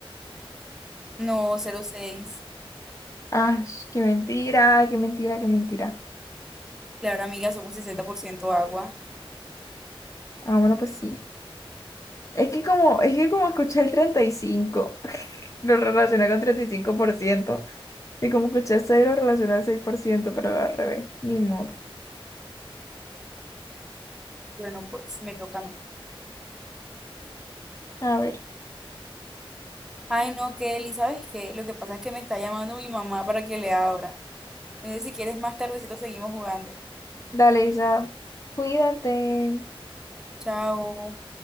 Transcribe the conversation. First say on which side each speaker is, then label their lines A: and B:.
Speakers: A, in the centre; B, on the left.
A: No, cero coma seis.
B: Ah, qué mentira, qué mentira, qué mentira.
A: Claro, amiga, somos 60% agua.
B: Ah, bueno, pues sí. Es que como, es que como escuché el 35, <laughs> lo relacioné con treinta Y cinco por ciento y como escuché 6, lo relacioné al 6% pero al revés. Ni modo.
A: Bueno, pues me toca a mí.
B: A ver,
A: Ay, no, Kelly, ¿sabes qué? Lo que pasa es que me está llamando mi mamá para que le abra. Entonces, si quieres, más tardecito seguimos jugando.
B: dale, Isa. Cuídate.
A: Chao.